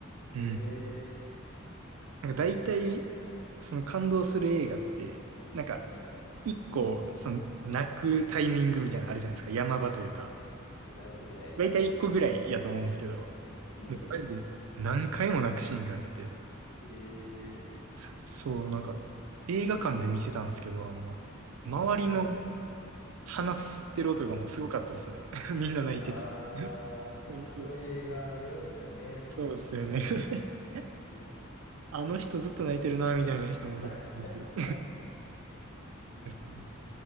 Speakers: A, on the right; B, on the left.
A: うん
B: ええ
A: なんか大体、
B: すごい。
A: その感動する映画って、なんか、
B: はい。
A: 一個、その、泣くタイミングみたいなのあるじゃないですか。山場というか。
B: なりますね。
A: 大体一個ぐらいやと思うんですけど、
B: うんうん。
A: なんかマジで何回も泣くシーンがあって、
B: ええ
A: そそう、なんか、映画館で見てたんですけど、あの、周りの
B: はい。
A: 鼻すすってる音がもうすごかったですね。<laughs> みんな泣いてて。
B: あー、
A: <laughs> そうそう、
B: なんかそういう映画ありますよね。
A: そうですよね。<laughs>
B: うん
A: あの人ずっと泣いてるな、みたいな人もずっといる
B: <laughs>
A: し <laughs> そう